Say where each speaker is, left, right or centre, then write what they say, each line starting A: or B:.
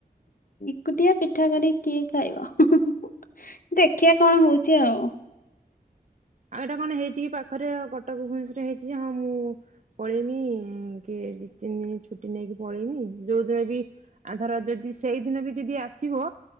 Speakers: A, on the left; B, on the right.
A: ଏକୁଟିଆ ପିଠା କରି କିଏ ଖାଇବ ଦେଖିବା କଣ ହଉଚି ଆଉ।
B: ଆଉ ଏଇଟା କଣ ହେଇଚି କି ପାଖରେ ଆ କଟକ ଭବନେଶ୍ଵରରେ ହେଇଚି ଯେ ହଁ ମୁଁ ପଳେଇମି କି ଦି ତିନି ଦିନ ଛୁଟି ନେଇକି ପଳେଇମି ଯୋଉ ଦିନ ବି ଆଉ ଧର ଯଦି ସେଇଦିନ ବି ଯଦି ଆସିବ